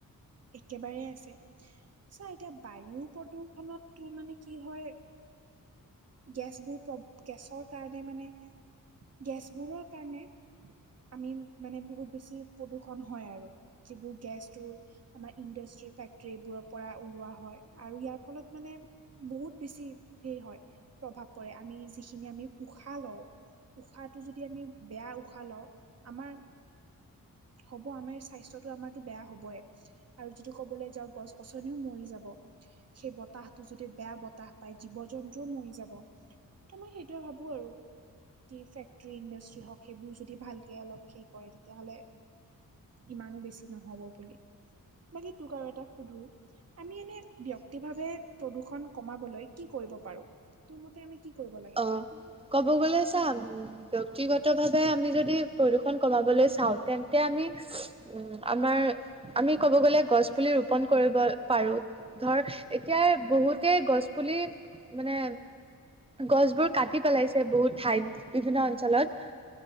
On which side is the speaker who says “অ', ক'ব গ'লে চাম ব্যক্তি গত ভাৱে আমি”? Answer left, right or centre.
Right